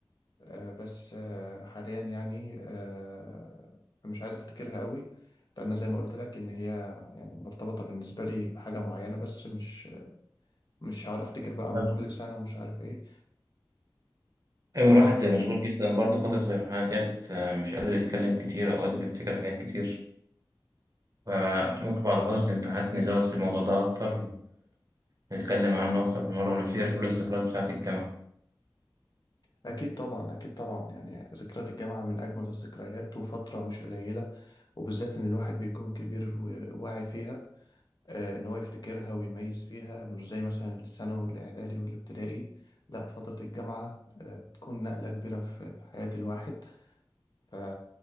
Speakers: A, on the left; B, on the right.
A: آه، بس آه، حاليا يعني آه، مش عايز افتكرها قوي لان زي ما قلت لك ان هي يعني مرتبطة بالنسبة لي بحاجة معينة بس مش مش هقعد افتكر بقى
B: طيب.
A: من كل سنة ومش عارف ايه
B: ايوه
A: عاوز
B: الواحد مشغول جدا برضه فتره الامتحانات ديت آه، مش قادر يتكلم كتير او قادر يفتكر حاجات كتير فممكن بعد فتره الامتحانات نزود في الموضوع ده اكتر ونتكلم عنه اكتر من مره ونفير كل الذكريات بتاعه الجامعه
A: اكيد طبعا اكيد طبعا يعني ذكريات الجامعة من اجمل الذكريات وفترة مش قليلة وبالذات ان الواحد بيكون كبير وواعي فيها آه، ان هو يفتكرها ويميز فيها مش زي مثلا الثانوي والاعدادي والابتدائي لا فترة الجامعة آه، بتكون نقلة كبيرة في في حياة الواحد ف...